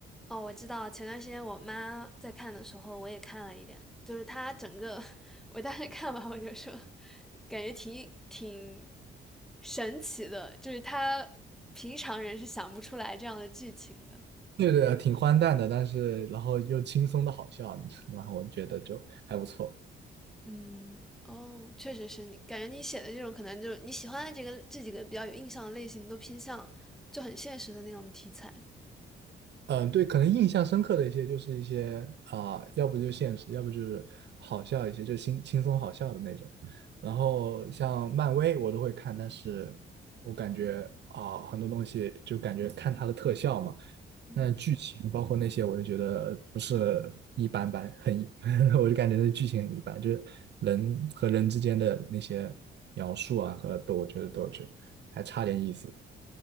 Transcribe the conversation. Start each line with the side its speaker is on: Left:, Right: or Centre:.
Centre: 哦，我知道，前段时间我妈在看的时候，我也看了一点，就是她整个，我当时看完我就说，感觉挺挺神奇的，就是她平常人是想不出来这样的剧情的。
Right: 对对，挺荒诞的，但是然后又轻松的好笑，然后我觉得就还不错。
Centre: 嗯，哦，确实是你，感觉你写的这种可能就是你喜欢的这个这几个比较有印象的类型，都偏向就很现实的那种题材。
Right: 嗯，对，可能印象深刻的一些就是一些啊、要不就现实，要不就是好笑一些，就轻轻松好笑的那种。然后像漫威我都会看，但是我感觉啊、很多东西就感觉看它的特效嘛，
Centre: 嗯，
Right: 那剧情包括那些，我就觉得不是一般般，很一 <laughs> 我就感觉那剧情很一般，就是人和人之间的那些描述啊和都，我觉得都是还差点意思。